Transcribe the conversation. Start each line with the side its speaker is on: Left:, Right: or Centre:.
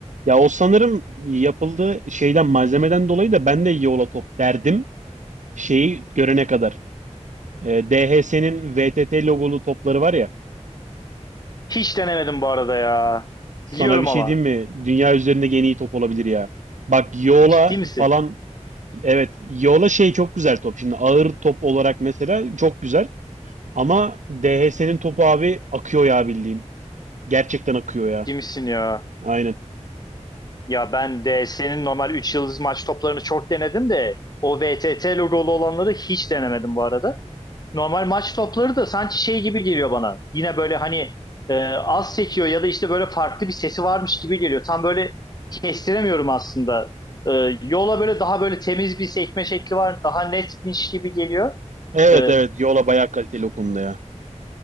Right: Ya o sanırım yapıldığı şeyden malzemeden dolayı da ben de Yola top derdim. Şeyi görene kadar. Ee, DHS'nin VTT logolu topları var ya.
Left: Hiç denemedim bu arada ya.
Right: Sana
Left: Biliyorum
Right: bir şey
Left: ama.
Right: diyeyim mi? Dünya üzerinde en iyi top olabilir ya. Bak Yola
Left: Ciddi misin?
Right: falan evet Yola şey çok güzel top. Şimdi ağır top olarak mesela çok güzel. Ama DHS'nin topu abi akıyor ya bildiğin. Gerçekten akıyor
Left: Ciddi
Right: ya.
Left: misin ya?
Right: Aynen.
Left: Ya ben de senin normal 3 yıldız maç toplarını çok denedim de o VTT logolu olanları hiç denemedim bu arada. Normal maç topları da sanki şey gibi geliyor bana. Yine böyle hani e, az çekiyor ya da işte böyle farklı bir sesi varmış gibi geliyor. Tam böyle kestiremiyorum aslında. E, yola böyle daha böyle temiz bir sekme şekli var. Daha netmiş gibi geliyor.
Right: Evet
Left: E,
Right: evet Yola bayağı kaliteli o konuda ya.